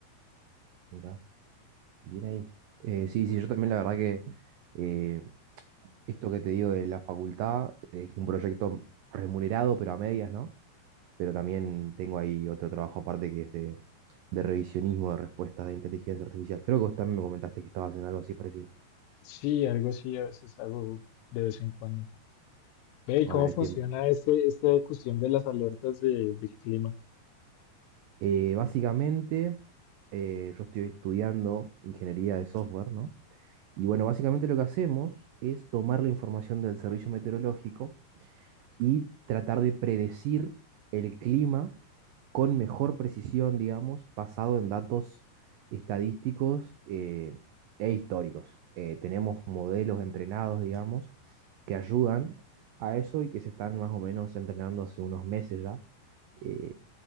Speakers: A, on the right; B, on the left.
A: Mira, bien ahí. Eh, sí, sí, yo también la verdad que eh, esto que te digo de la facultad eh, es un proyecto remunerado, pero a medias, ¿no? Pero también tengo ahí otro trabajo aparte que es de, de revisionismo de respuestas de inteligencia artificial. Creo que vos también me comentaste que estabas en algo así parecido,
B: Sí, algo así a veces hago de vez en cuando. Ve,
A: cuando
B: ¿y cómo
A: tenés
B: funciona
A: tiempo.
B: este, esta cuestión de las alertas de- del clima?
A: Eh, básicamente, eh, yo estoy estudiando ingeniería de software, ¿no? Y bueno, básicamente lo que hacemos es tomar la información del servicio meteorológico y tratar de predecir el clima con mejor precisión, digamos, basado en datos estadísticos eh, e históricos. Eh, tenemos modelos entrenados, digamos, que ayudan a eso y que se están más o menos entrenando hace unos meses ya eh,